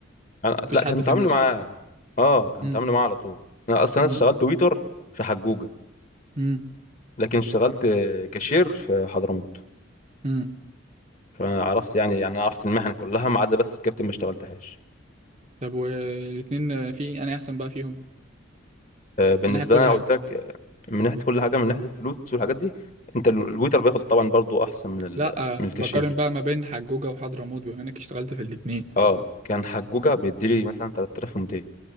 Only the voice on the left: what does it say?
أنا...
لا
كان
تعاملي
معاه اه كان
تعاملي معاه على طول انا اصلا
اشتغلت ويتر في حجوجة
لكن اشتغلت كاشير في حضرموت
فعرفت يعني يعني عرفت المهن كلها ما عدا بس الكابتن ما اشتغلتهاش
آه، بالنسبه
لي انا
قلت لك آه، من ناحيه كل حاجه من ناحيه الفلوس والحاجات دي انت ال- الويتر بياخد طبعا برضو احسن من ال-
من الكاشير
اه كان حجوجه بيديلي مثلا 3200